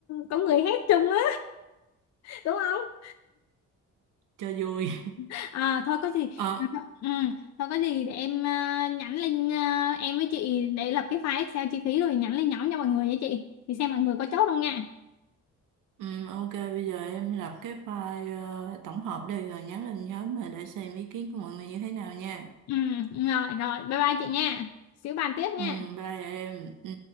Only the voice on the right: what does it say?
cho vui
ờ
ừm, ok bây giờ em lập cái file ờ, tổng hợp đi rồi nhắn lên nhóm mà để xem ý kiến của mọi người như thế nào nha
ừ bye em ừ